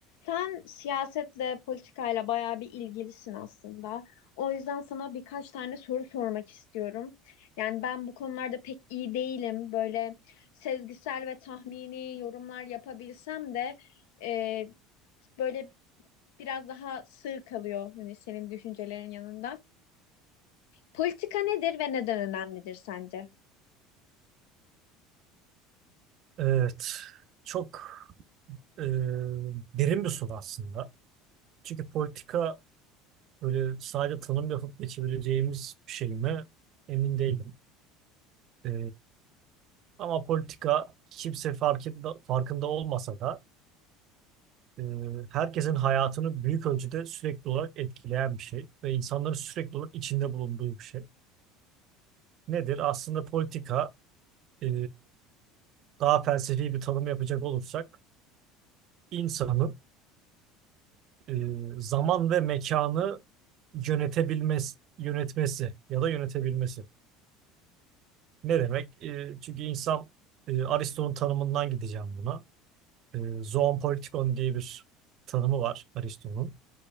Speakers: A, on the left; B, on the right.
A: Sen siyasetle, politikayla bayağı bir ilgilisin aslında. O yüzden sana birkaç tane soru sormak istiyorum. Yani ben bu konularda pek iyi değilim. Böyle sezgisel ve tahmini yorumlar yapabilsem de e, böyle biraz daha sığ kalıyor hani senin düşüncelerin yanında. Politika nedir ve neden önemlidir sence?
B: Evet, çok e, derin bir soru aslında. Çünkü politika böyle sadece tanım yapıp geçebileceğimiz bir şey mi? Emin değilim. E, ama politika kimse farkında, farkında olmasa da e, herkesin hayatını büyük ölçüde sürekli olarak etkileyen bir şey ve insanların sürekli olarak içinde bulunduğu bir şey. Nedir? Aslında politika e, daha felsefi bir tanım yapacak olursak insanın e, zaman ve mekanı yönetebilmesi, yönetmesi ya da yönetebilmesi. Ne demek? E, çünkü insan e, Aristo'nun tanımından gideceğim buna. E, zoon politikon diye bir tanımı var Aristo'nun.